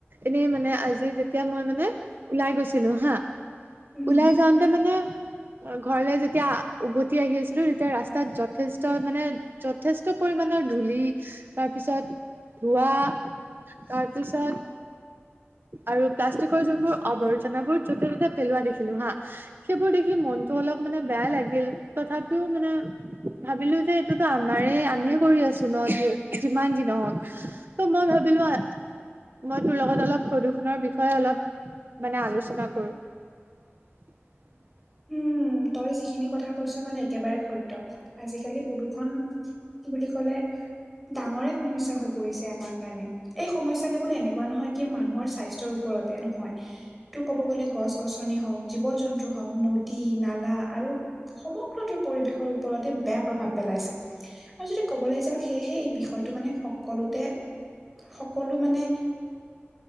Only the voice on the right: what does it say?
এনেই মানে আজি যেতিয়া মই মানে ওলাই গৈছিলো হা
ওলাই যাওঁতে মানে ঘৰলে যেতিয়া উভতি আহি আছিলোঁ, তেতিয়া ৰাস্তাত যথেষ্ট মানে যথেষ্ট পৰিমানৰ ধূলি, তাৰপিছত ধোৱা তাৰপিছত আৰু প্লাষ্টিকৰ যোনবোৰ আৱৰ্জনাবোৰ য'তে ত'তে পেলোৱা দেখিলো হা সেইবোৰ দেখি মনটো অলপ মানে বেয়া লাগিল, তথাপিও মানে ভাবিলোঁ যে এইটো আমাৰে আমিয়ে কৰি আছোঁ ন' যিমান যি নহওক। ত' মই ভাবিলোঁ আ মই তোৰ লগত অলপ প্ৰদূষণৰ বিষয়ে অলপ মানে আলোচনা কৰোঁ। <inaudible>